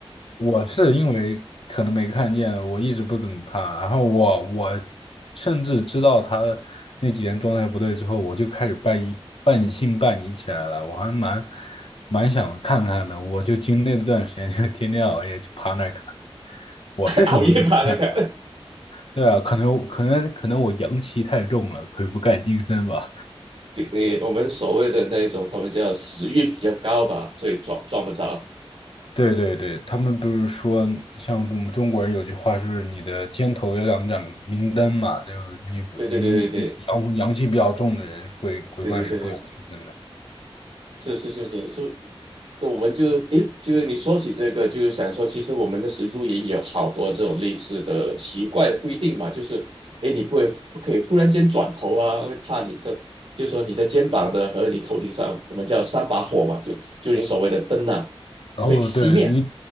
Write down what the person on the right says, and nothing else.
熬夜爬的看，
对，你我们所谓的那种，他们叫食欲比较高吧，所以抓抓不着。
对对对对对
对对对对。是是是是是，那我们就诶，就是你说起这个，就是想说，其实我们的时露营有好多这种类似的奇怪的规定嘛，就是诶，你不会不可以忽然间转头啊，会怕你的，就说你的肩膀的和你头顶上，我们叫三把火嘛，就就你所谓的灯呐
会熄灭。